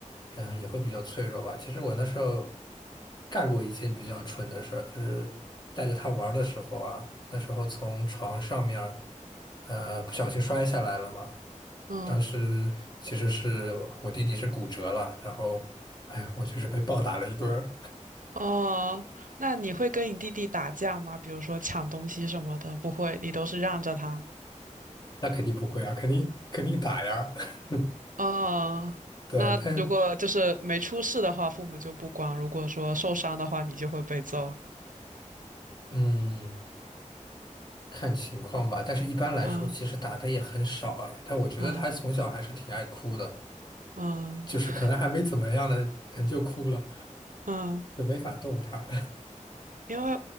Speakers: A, on the left; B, on the right.
A: 嗯、也会比较脆弱吧。其实我那时候干过一件比较蠢的事儿，就是带着他玩儿的时候啊，那时候从床上面儿呃，不小心摔下来了嘛。
B: 嗯，
A: 当时其实是我弟弟是骨折了，然后，哎，我就是被暴打了一顿。
B: 哦，那你会跟你弟弟打架吗？比如说抢东西什么的，不会，你都是让着他。
A: 那肯定不会啊，肯定肯定打呀。<laughs>
B: 哦，
A: 对，
B: 那如果就是没出事的话，
A: 但
B: 父母就不管；如果说受伤的话，你就会被揍。
A: 嗯，看情况吧。但是一般来说，
B: 嗯
A: 其实打的也很少哎。但我觉得他从小还是挺爱哭的，
B: 嗯嗯
A: 就是可能还没怎么样的人就哭了，
B: 嗯
A: 就没法动他。
B: 因为，